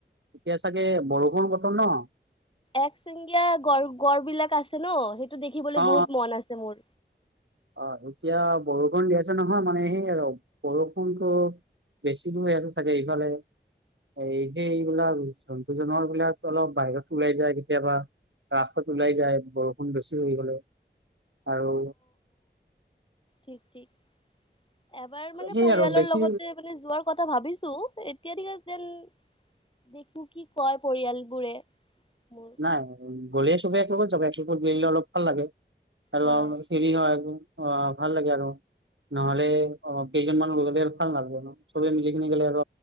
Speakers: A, on the right; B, on the left.
A: এতিয়া চাগে বৰষুণ বতৰ ন'।
B: এক চিংগীয়া গড় গড় বিলাক আছে ন' সেই দেখিবলৈ
A: অ অ
B: বহুত মন আছে মোৰ।
A: অ', এতিয়া বৰষুণ দি আছে নহয় মানে সেই আৰু বৰষুণটো বেছি দূৰ হৈ আছে চাগে ইফালে এই সেই এইবিলাক জন্তু জনৱাৰ বিলাক অলপ বাহিৰত ওলাই যায় কেতিয়াবা। ৰাস্তাত ওলাই যায়, বৰষুণ বেছি হৈ গলে আৰু
B: তেিতিি <unintelligible> এবাৰ মানে
A: সেই
B: পৰিয়ালৰ
A: আৰু বেছি
B: লগতে মানে যোৱাৰ কথা ভাবিছো, এতিয়া দেখো কি কয় পৰিয়ালবোৰে মোৰ।
A: নাই গ'লে চবে এক লগত যাবা, এক লগত গ'লে অলপ ভাল লাগে। হ,
B: হয়
A: হেৰি হয় অ', ভাল লাগে আৰু নহ'লে অ', কেইজন মানুহ গ'লে আৰু ভাল লাগে, চবেই মিলি কিনে গেলে আৰু